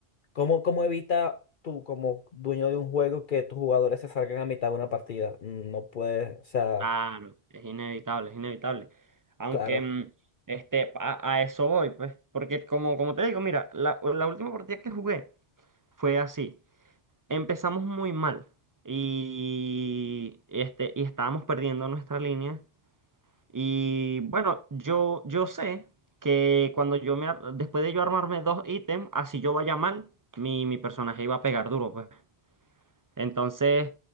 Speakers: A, on the left; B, on the right.
A: ¿Cómo, cómo evita tú, como dueño de un juego, que tus jugadores se salgan a mitad de una partida? No puedes, o sea,
B: Claro, es inevitable, es inevitable. Aunque
A: claro.
B: mm, este, a, a eso voy, pues, porque como, como te digo, mira, la, la última partida que jugué fue así. Empezamos muy mal y, este, y estábamos perdiendo nuestra línea. Y bueno, yo, yo sé que cuando yo me, ar- después de yo armarme dos ítems, así yo vaya mal, mi, mi personaje iba a pegar duro, pues. Entonces,